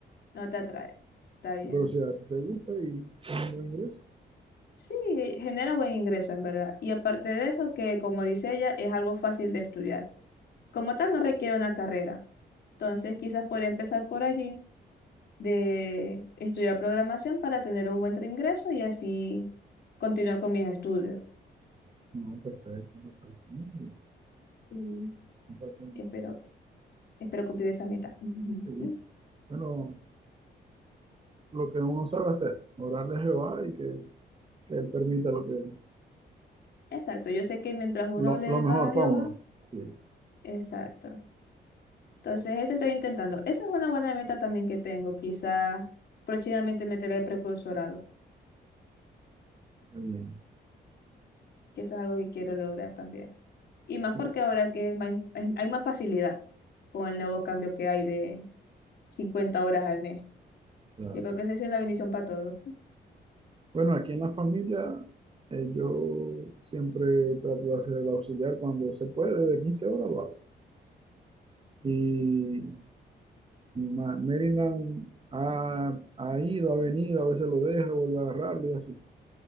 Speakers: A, on the left; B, on the right.
A: No te atrae, está bien.
B: Pero si a ti te gusta y es un buen ingreso,
A: Sí, genera buen ingreso, en verdad. Y aparte de eso, que como dice ella, es algo fácil de estudiar. Como tal, no requiere una carrera. Entonces, quizás podría empezar por allí de estudiar programación para tener un buen ingreso y así continuar con mis estudios.
B: no, perfecto, me parece muy bien.
A: Y
B: Me parece muy
A: espero,
B: bien.
A: espero cumplir esa meta. Ujú.
B: Sí, sí. Bueno, lo que uno sabe hacer, orarle a Jehová y que, que Él permita lo que,
A: Exacto, yo sé que mientras uno
B: Lo,
A: le
B: lo
A: dé
B: mejor
A: más a
B: para
A: Jehová,
B: uno. Sí,
A: exacto. Entonces, eso estoy intentando. Esa es una buena meta también que tengo. Quizás próximamente meter el precursorado,
B: también.
A: que eso es algo que quiero lograr también. Y más
B: sí.
A: porque ahora que es más- es- hay más facilidad con el nuevo cambio que hay de 50 horas al mes.
B: Claro.
A: Yo creo que esa es una bendición para todos.
B: Bueno, aquí en la familia eh, yo siempre trato de hacer el auxiliar cuando se puede, de 15 horas lo hago. Y Ma- Maryland ha, ha ido, ha venido, a veces lo deja, vuelve a agarrarlo y así.